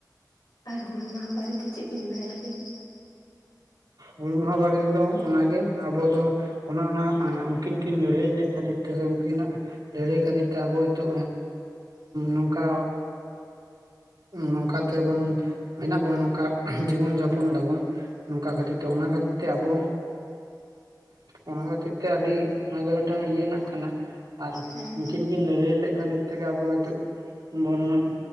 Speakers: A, on the left (about 65°); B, on the right (about 65°).
A: ᱟᱨ ᱦᱩᱞ ᱢᱟᱦᱟᱸ ᱵᱟᱨᱮᱛᱮ ᱪᱮᱫ ᱵᱤᱱ ᱵᱟᱲᱟᱭᱟᱵᱤᱱ
B: ᱦᱩᱞ ᱢᱟᱦᱟᱸ ᱵᱟᱨᱮ ᱛᱮᱫᱚ ᱚᱱᱟᱜᱮ ᱟᱵᱚ ᱫᱚ ᱚᱱᱮ ᱚᱱᱟ ᱩᱱᱠᱤᱱ ᱠᱤᱱ ᱞᱟᱹᱲᱦᱟᱹᱭ ᱞᱮᱫ ᱠᱷᱟᱹᱛᱤᱨ ᱤᱨ ᱛᱮ ᱩᱱᱠᱤᱱᱟᱜ ᱞᱟᱹᱲᱦᱟᱹᱭ ᱠᱷᱟᱹᱛᱤᱨ ᱛᱮ ᱟᱵᱚ ᱦᱚᱭᱛᱚ ᱱᱚᱝᱠᱟ ᱱᱚᱝᱠᱟ ᱛᱮᱵᱚᱱ ᱢᱮᱱᱟᱜ ᱵᱚᱱᱟ ᱱᱚᱝᱠᱟ <inaudible> ᱡᱤᱵᱚᱱ ᱡᱟᱯᱚᱱ ᱫᱟᱵᱚᱱ ᱱᱚᱝᱠᱟ ᱠᱷᱟᱹᱛᱤᱨ ᱛᱮ ᱚᱱᱟ ᱠᱷᱟᱹᱛᱤᱨ ᱛᱮ ᱟᱵᱚ ᱚᱱᱟ ᱠᱷᱟᱹᱛᱤᱨ ᱛᱮ ᱟᱹᱰᱤ ᱚᱱᱟ ᱫᱚ ᱢᱤᱫᱴᱟᱝ ᱤᱭᱟᱹ ᱨᱮᱱᱟᱜ ᱠᱟᱱᱟ ᱟᱨ
A: ᱦᱮᱸ
B: ᱩᱱᱠᱤᱱ ᱠᱤᱱ ᱞᱟᱹᱲᱦᱟᱹᱭ ᱞᱮᱫ ᱠᱷᱟᱹᱛᱤᱨ ᱛᱮᱜᱮ ᱟᱵᱚ ᱱᱤᱛᱚᱜ ᱵᱚᱨᱱᱚᱱ